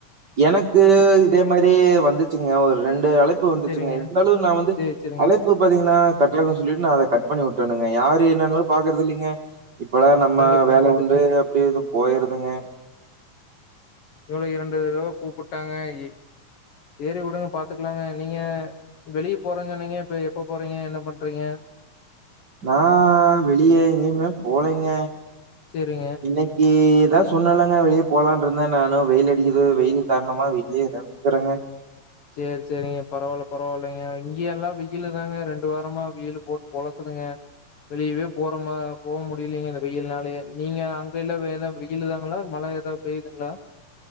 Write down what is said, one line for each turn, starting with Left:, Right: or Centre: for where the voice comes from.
Right: எனக்கு இதே மாரி வந்து ச்சிங்கா ஒரு ரெண் டு அழைப்பு வந்துச்சுங்க
Left: சரிங்க.
Right: இருந்தாலு நா வந்து
Left: சரி, சரிங்க.
Right: அழைப்பு பாத்தீங்கனா கட்லனு சொல்லிட்டு நா அத கட் பண்ணி விட்டனுங்க யாரு என்னன்லா பாக்குறதில்லெங்க இப்பல்லா நம்ம
Left: கண்டிப்பாங்க,
Right: வேல
Left: கண்டிப்பாங்க.
Right: உண்டு அப்டி இது போயிருதுங்க
Left: இதோட இரண்டு தடவ கூப்புட்டாங்க எ சேரி வுடுங்க பாத்துக்லாங்க நீங்க வெளிய போறன் சொன்னீங்க இப்ப எப்ப போறீங்க? என்ன பண்றீங்க?
Right: நா வெளிய எங்யுமே போலங்க
Left: சரிங்க.
Right: இன்னக்கிதா சொன்னல்லங்க வெளிய போலான்ருந்தே நானு வெயில் அடிக்குது வெயில் காரணமா வீட்லயேரு ருக்குறேங்க
Left: சேர் செரிங்க பரவால்ல பரவால்லங்க இங்கயெல்லா வெயிலுதாங்க ரெண்டு வாரமா வெயிலு போட்டு பொளக்குதுங்க வெளியவே போறமா போ முடியலிங்க இந்த வெயில்னாலயே நீங்க அங்க எல்லா எல்லா வெயிலு தாங்களா மழ எதா பெய்யுதுங்ளா?